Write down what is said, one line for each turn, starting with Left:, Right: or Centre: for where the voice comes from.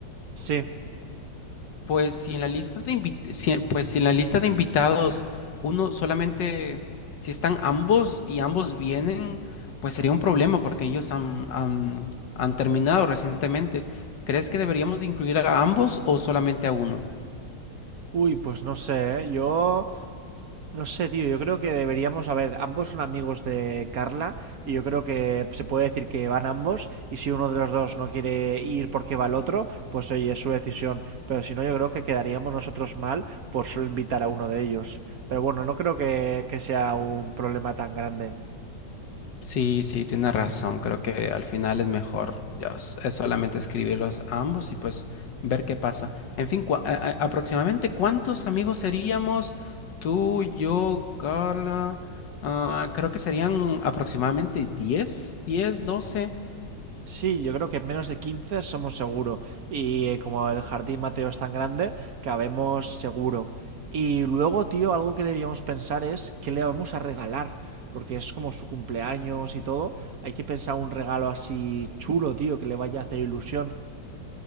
Right: Sí.
Left: Pues si en la lista de invit- si- pues si en la lista de invitados uno solamente, si están ambos y ambos vienen, pues sería un problema porque ellos han, han, han terminado recientemente. ¿Crees que deberíamos de incluir a ambos o solamente a uno?
Right: Uy, pues no sé, ¿eh? Yo No sé, tío, yo creo que deberíamos, a ver, ambos son amigos de Carla y yo creo que se puede decir que van ambos y si uno de los dos no quiere ir porque va el otro, pues oye, es su decisión, pero si no yo creo que quedaríamos nosotros mal por solo invitar a uno de ellos. Pero bueno, no creo que, que sea un problema tan grande.
Left: Sí, sí, tienes razón. Creo que al final es mejor ya s- es solamente escribirlos a ambos y pues ver qué pasa. En fin, cua- a- a- aproximadamente cuántos amigos seríamos tú, yo, Carla. Ah, creo que serían aproximadamente 10, 10, 12.
Right: Sí, yo creo que menos de 15 somos seguro. Y eh, como el jardín Mateo es tan grande, cabemos seguro. Y luego, tío, algo que deberíamos pensar es qué le vamos a regalar. Porque es como su cumpleaños y todo. Hay que pensar un regalo así chulo, tío, que le vaya a hacer ilusión.